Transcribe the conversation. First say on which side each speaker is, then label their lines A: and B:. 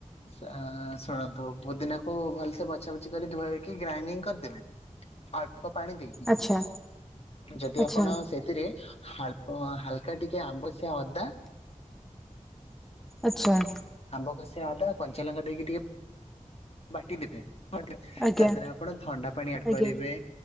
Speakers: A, on the left; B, in the centre.
A: ଶୁଣନ୍ତୁ ପୋଦିିନାକୁ ଭଲସେ ବଛା ବଛି କରି ଧୁଆଇକି ଗ୍ରାଇଣ୍ଡିଙ୍ଗ କରିଦେବେ। ଅଳ୍ପ ପାଣି ଦେଇକି
B: ଆଚ୍ଛା
A: ଯଦି
B: ଆଚ୍ଛା
A: ଆପଣ ସେଥିରେ ହାଳ୍ପ ହାଲକା ଟିକେ ଆବଶିଆ ଅଦା।
B: ଆଛା।
A: ଆମ୍ବ କସିଆ ଅଦା କଞ୍ଚା ଲଙ୍କା ଦେଇକି ଟିକେ ବାଟିଦେବେ ତା
B: ଆଜ୍ଞା
A: ଦେହରେ ଆପଣ ଥଣ୍ଡା ପାଣି ଆଡ୍
B: ଆଜ୍ଞା
A: କରିବେ।